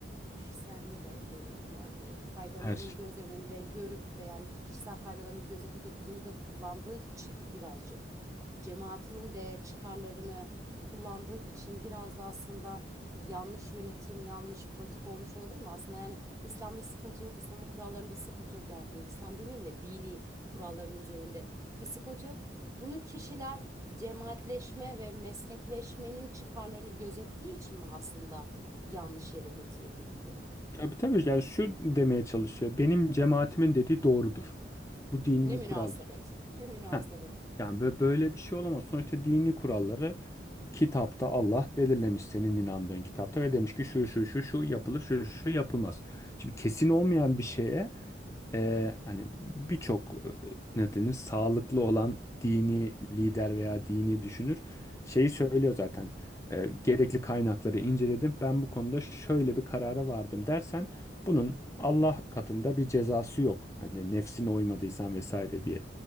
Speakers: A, on the right; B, on the left.
A: kişisel ne de- denir buna? E, faydalarını
B: Her
A: göz önünde görüp de yani kişisel faydalarını gözetip de dini de kullandığı için birazcık cemaatinin de çıkarlarını kullandığı için biraz da aslında yanlış yönetim, yanlış politika olmuş olabilir mi? Aslında yani İslam'da sıkıntı yok, İslam'ın kurallarında sıkıntı yok. Yani İslam demeyeyim de dini kuralların üzerinde bir sıkıntı yok. Bunu kişiler cemaatleşme ve mezhepleşmenin çıkarlarını gözettiği için mi aslında yanlış yere getirildi bu konu?
B: Tabii tabii yani şu demeye çalışıyor. Benim cemaatimin dediği doğrudur. Bu dini
A: Ne münasebet,
B: kuraldır.
A: <laughs> ne münasebet.
B: Heh, yani bö- böyle bir şey olamaz. Sonuçta dini kuralları kitapta Allah belirlemiş senin inandığın kitapta ve demiş ki şu şu şu şu yapılır şu şu şu yapılmaz. Şimdi kesin olmayan bir şeye e, hani birçok e, ne denir sağlıklı olan dini lider veya dini düşünür şeyi söylüyor zaten. E, gerekli kaynakları inceledim. Ben bu konuda şöyle bir karara vardım dersen bunun Allah katında bir cezası yok. Hani nefsine uymadıysan vesaire diye.